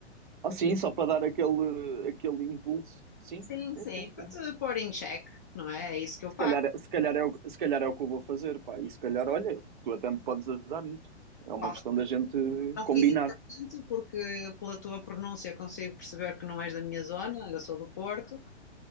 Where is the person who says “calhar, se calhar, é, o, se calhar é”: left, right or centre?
Right